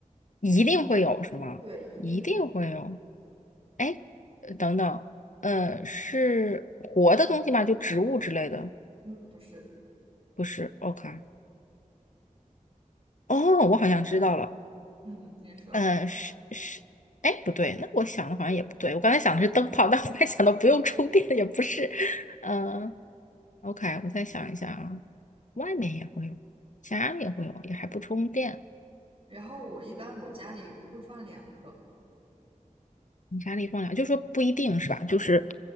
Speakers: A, on the left; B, on the right.
A: 一定会有是吗？
B: 对，一定会有
A: 一定会有。哎，呃等等，呃，是活的东西吗？就植物之类的？
B: 嗯，不是，
A: 不是，OK。哦，我好像知道了。
B: 嗯，你说。
A: 呃，是是，哎，不对，那我想的好像也不对。我刚才想的是灯泡，但我还想到不用充电，也不是。嗯 o k 我再想一下啊，外面也会有，家里也会有，也还不充电，
B: 然后我一般我家里会放两个，
A: 你家里放两，就说不一定是吧？就是